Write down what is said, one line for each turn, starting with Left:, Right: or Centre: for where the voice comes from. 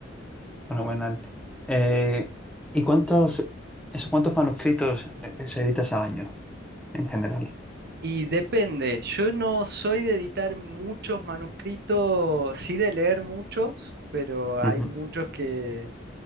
Centre: fenomenal. Eh, ¿y cuántos, esos cuántos manuscritos eh, eh, se editas al año en general?
Right: Y depende, yo no soy de editar muchos manuscritos, sí de leer muchos, pero
Centre: Ujú,
Right: hay muchos que,